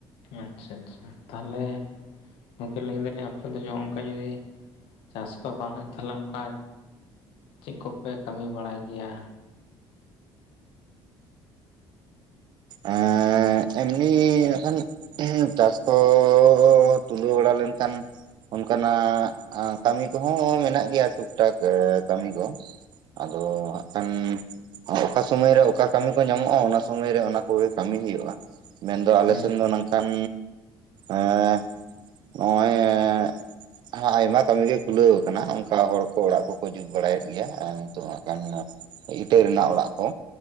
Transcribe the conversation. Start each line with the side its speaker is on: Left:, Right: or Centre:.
Left: ᱟᱪᱪᱷᱟ ᱟᱪᱪᱷᱟ ᱛᱟᱦᱚᱞᱮ᱾ ᱜᱚᱢᱠᱮ ᱞᱟᱹᱭ ᱮᱫᱟᱞᱤᱧ ᱟᱯᱮ ᱫᱚ ᱱᱚ ᱱᱚᱝᱠᱟ ᱡᱩᱫᱤ ᱪᱟᱥ ᱠᱚ ᱵᱟᱝ ᱦᱩᱭᱩᱜ ᱛᱟᱦᱚᱞᱮ ᱚᱱᱠᱟ ᱪᱮᱫ ᱠᱚᱯᱮ ᱠᱟᱹᱢᱤ ᱵᱟᱲᱟᱭ ᱜᱮᱭᱟ?
Right: ᱮᱸᱜᱻ ᱮᱸᱜ ᱮᱢᱱᱤ ᱱᱟᱜ-ᱠᱷᱟᱱ ᱪᱟᱥ ᱠᱚᱻ ᱛᱩᱞᱟᱹᱣ ᱵᱟᱲᱟ ᱞᱮᱱᱠᱷᱟᱱ ᱚᱱᱠᱟᱱᱟᱜ ᱟᱸ ᱠᱟᱹᱢᱤ ᱠᱚᱦᱚᱸ ᱢᱮᱱᱟᱜ ᱜᱮᱭᱟ ᱴᱩᱠ ᱴᱟᱠ ᱠᱟᱹᱢᱤ ᱠᱚ᱾ ᱟᱫᱚ ᱦᱟᱸᱜ ᱠᱷᱟᱱ ᱚᱠᱟ ᱥᱳᱢᱳᱭ ᱨᱮ ᱚᱠᱟ ᱠᱟᱹᱢᱤ ᱠᱚ ᱧᱟᱢᱚᱜᱼᱟ ᱚᱱᱟ ᱥᱳᱢᱳᱭ ᱨᱮ ᱚᱱᱟ ᱠᱚᱜᱮ ᱠᱟᱹᱢᱤ ᱦᱩᱭᱩᱜᱼᱟ, ᱢᱮᱱᱫᱚ ᱟᱞᱮ
Left: ᱦᱩᱸ
Right: ᱥᱮᱱ ᱫᱚ ᱱᱚᱝᱠᱷᱟᱱ ᱮᱜ ᱱᱚᱜᱼᱚᱭ ᱟᱭᱢᱟ ᱠᱟᱹᱢᱤ ᱜᱮ ᱠᱷᱩᱞᱟᱹᱣ ᱟᱠᱟᱱᱟ, ᱚᱱᱠᱟ ᱦᱚᱲ ᱠᱚ ᱚᱲᱟᱜ ᱠᱚᱠᱚ ᱡᱩᱛ ᱵᱟᱲᱟᱭᱮᱫ ᱜᱮᱭᱟ᱾ ᱟᱨ ᱱᱤᱛᱚᱜ ᱦᱟᱸᱜ ᱠᱷᱟᱱ ᱤᱴᱟᱹ ᱨᱮᱱᱟᱜ ᱚᱲᱟᱜ ᱠᱚ